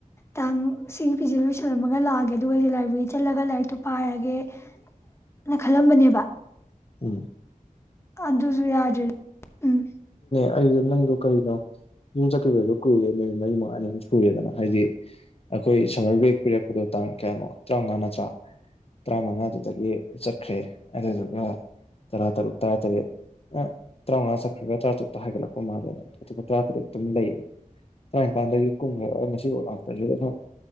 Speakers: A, on the left; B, on the left.
A: ꯇꯥꯡ ꯁꯤꯒꯤ ꯐꯤꯖꯦ ꯂꯣꯏꯁꯜꯂꯝꯃꯒ ꯂꯥꯛꯑꯒꯦ ꯑꯗꯨꯒ ꯑꯩꯁꯦ ꯂꯥꯏꯕ꯭ꯔꯦꯔꯤ ꯆꯠꯂꯒ ꯂꯥꯏꯔꯤꯛꯇꯣ ꯄꯥꯏꯔꯒꯦꯅ ꯈꯜꯂꯝꯕꯅꯦꯕ
B: ꯎꯝ
A: ꯑꯗꯨꯁꯨ ꯌꯥꯗ꯭ꯔꯦ ꯎꯝ
B: ꯑꯩꯗꯣ ꯅꯪꯗꯣ ꯀꯔꯤꯅꯣ ꯌꯨꯝ ꯆꯠꯈꯤꯕꯗꯣ ꯀꯨꯏꯔꯦ ꯅꯨꯃꯤꯠ ꯃꯔꯤ ꯃꯉꯥ ꯑꯅꯤ ꯃꯨꯛ ꯁꯨꯔꯦꯗꯅ ꯍꯥꯏꯗꯤ ꯑꯩꯈꯣꯏ ꯁꯝꯃꯔ ꯕꯦꯒ ꯄꯤꯔꯛꯄꯗꯣ ꯇꯥꯡ ꯀꯌꯥꯅꯣ ꯇꯔꯥꯃꯉꯥ ꯅꯠꯇ꯭ꯔꯥ ꯇꯔꯥꯃꯉꯥꯗꯨꯗꯒꯤ ꯆꯠꯈ꯭ꯔꯦ ꯑꯗꯨꯗꯨꯒ ꯇꯔꯥ ꯇꯔꯨꯛ ꯇꯔꯥ ꯇꯔꯦꯠ ꯇꯔꯥꯃꯉꯥ ꯈꯒ ꯇꯔꯥꯇꯔꯨꯛꯇ ꯍꯥꯏꯒꯠꯂꯛꯄ ꯃꯥꯜꯂꯦꯅ ꯑꯗꯨꯒ ꯇꯔꯥꯇꯔꯦꯠꯇ ꯑꯗꯨꯝ ꯂꯩꯔꯦ ꯇꯔꯥꯅꯤꯄꯥꯟꯗꯒꯤ ꯀꯨꯝꯈ꯭ꯔꯒ ꯉꯁꯤꯐꯥꯎ ꯂꯥꯛꯇ꯭ꯔꯁꯤꯗ